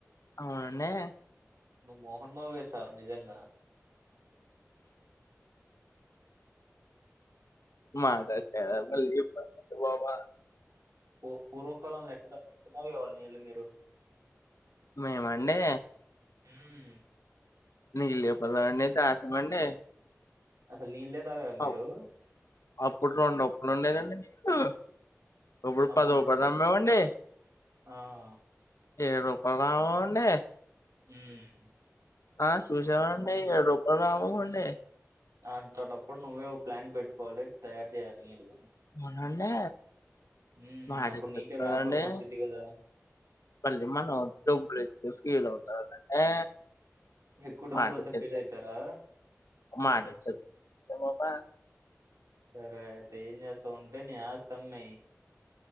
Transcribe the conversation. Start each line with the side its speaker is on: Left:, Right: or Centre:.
Left: అవునండే
Right: నువ్వు మోహన్బావే సార్ నిజంగా
Left: మాట అచ్చ మల్ ఒబా
Right: పు పూర్వకాలంలో ఎక్కడ తాగేవాళ్ళు నీళ్లు మీరు
Left: మేమండీ
Right: మూ
Left: నీళ్ళు లేపోదఅండి దశమండి
Right: అసలు నీళ్ళే తాగరా మీరు
Left: ఔ అప్పుడురొండు అప్పుడు ఉండేదండి ఆ ఇప్పుడు
Right: అప్పట్లో
Left: పదవ పదమ్మవండి
Right: ఆ
Left: ఏ రూపంలోరవోవండే
Right: హు
Left: ఆ చూసామండి ఏడు రూపాయలు రావండి
Right: అంతటప్పుడు నువ్వే ప్లాంట్ పెట్టుకోవాలి తయారు చేయాలి నీళ్ళు
Left: అవునా అండి
Right: హ్మ్
Left: మాట
Right: అప్పుడు
Left: ఇచెతున్నానండి
Right: నీకే వ్యాపారం వచ్చిద్ది కదా!
Left: మళ్ళీ మనం డబ్బులు తే ఫీల్ అవ్ ఆ
Right: ఎక్కువ డబ్బులవుతే
Left: మాట చెబ్
Right: ఫీల్ అయితారా?
Left: మాట చె మామ
Right: సరే అయితే ఏం చేస్తామంటే నీ ఆస్తమ్మేయ్